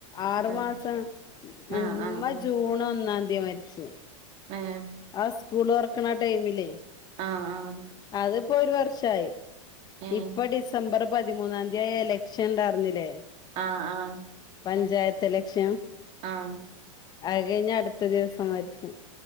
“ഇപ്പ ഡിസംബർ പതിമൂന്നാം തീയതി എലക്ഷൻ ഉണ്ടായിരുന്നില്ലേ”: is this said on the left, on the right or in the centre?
Left